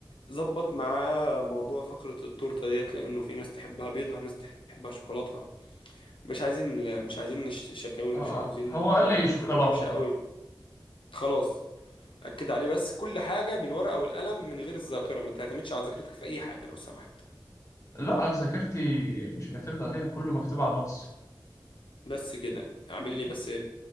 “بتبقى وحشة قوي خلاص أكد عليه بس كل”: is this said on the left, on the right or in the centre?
Left